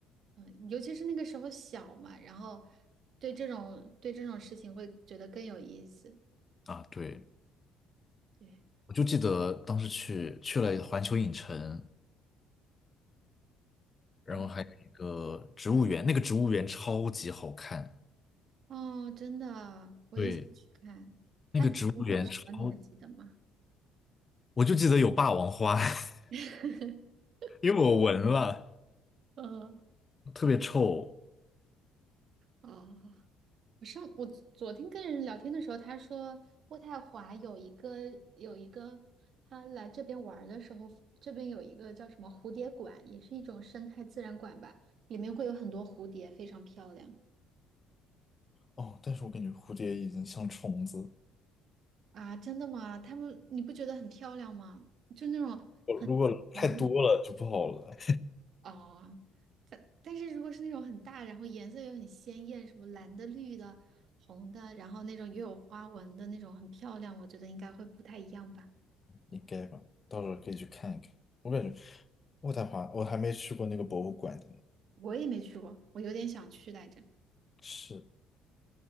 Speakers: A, on the right (about 60°); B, on the left (about 35°).
A: 嗯，尤其是那个时候小嘛，然后对这种对这种事情会觉得更有意思。
B: 啊，对，
A: 对，
B: 我就记得当时去去了环球影城，然后还有一个植物园，
A: 哦
B: 那个植物园超级好看，
A: 哦，真的啊，我也想去看。
B: 对，那个植物园超，
A: 他有什么你还记得吗？
B: 我就记得有霸王花。<laughs>
A: <laughs>
B: 因为我闻了，
A: 嗯，
B: 特别臭。
A: 哦。我上我昨天跟人聊天的时候，他说渥太华有一个有一个，他来这边玩儿的时候，这边有一个叫什么蝴蝶馆，也是一种生态自然馆吧，里面会有很多蝴蝶，非常漂亮
B: 哦，但是我感觉蝴蝶已经像虫子，
A: 啊！真的吗？他们你不觉得很漂亮吗？就那种，
B: 我如果太多了就不好了，
A: 然后那个啊，但但是如果是那种很大，然后颜色又很鲜艳，什么蓝的、绿的、红的，然后那种又有花纹的那种，很漂亮，我觉得应该会不太一样吧。
B: 应该吧？到时候可以去看一看。我感觉渥太华，我还没去过那个博物馆的呢。
A: 我也没去过，我有点想去来着，
B: 是，